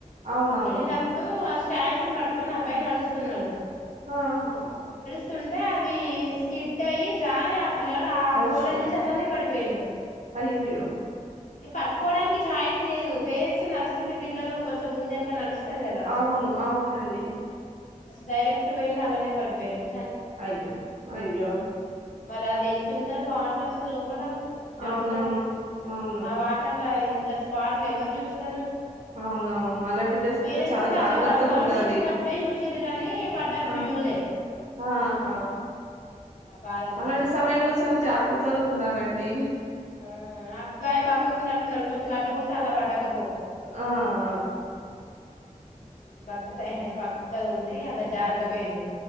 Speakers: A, on the right (about 60°); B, on the left (about 70°).
A: అవునవును
B: వెళ్ళినప్పుడు అ ప్యాంటుని పట్టుకొని అబ్బాయిని నడుస్తున్నాడు
A: ఆహా
B: స్తుంటే అది స్కిడ్ అయ్యి జార ఆ పిల్లగడు ఆ
A: అయ్యో
B: పోళ్ళ నుంచి అట్లానే పడిపోయిండు
A: అయ్యయ్యో
B: ఇక పట్టుకోవడానికి ఛాన్స్ లేదు పేరెంట్స్ నడుస్తుంటే పిల్లలు కొంచె ముందు వెనక నడుస్తు స్తరు కదా
A: అవును అవునండి
B: డైరెక్ట్ పోయండు అల్లనే పడిపోయండు
A: అయ్యో అయ్యో
B: మరి అది ఎంత ఉంటది వాటర్ అసలు లోపల చ్చడు
A: అవునవును
B: ఉంటది
A: అవును
B: ఆ వాటర్ల ఇంత స్పాట్లు ఎవరు చూస్తారు
A: అవునవును అలాంటి ప్లేసెస్
B: ఈ పేరెంట్స్
A: లో చాలా
B: కూడా
A: జాగ్రత్తగా
B: అల్లా వాారు సౌండ్
A: ఉండాలి
B: వచ్చినప్పుడే చుశిర్రు గాని పడ్డప్పుడు
A: ఆ
B: చూళ్ళే
A: ఆహా
B: బాధ అనిపించింది
A: అలాంటి సమయంలో చాలా జాగ్రత్త త్తగ ఉండాలండి
B: ఆ అబ్బాయి బక్కగున్నట్టున్నడు కొంచెం లడ్డుగుంటే అల్ల పట్టకపోవ్
A: ఆ ఆ
B: బక్కసై బక్కగ ఉండి అల్ల జారకపోయిండు